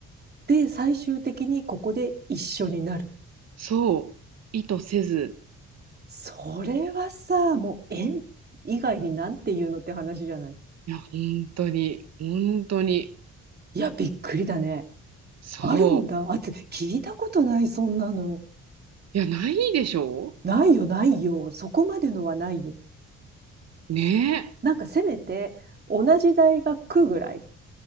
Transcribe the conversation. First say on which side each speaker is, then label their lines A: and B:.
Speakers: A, on the right; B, on the right.
A: で、最終的にここで一緒になる。
B: そう。意図せず。
A: それはさ、もう縁以外になんて言うのって話じゃない。
B: いや、本当に、本当に。
A: いや、びっくりだね。
B: そう。
A: あるんだ。あ、つ聞いたことない、そんなの。
B: いや、ないでしょ
A: ないよ、ないよ。そこまでのはないよ。
B: うね
A: なんかせめて、同じ大学ぐらい。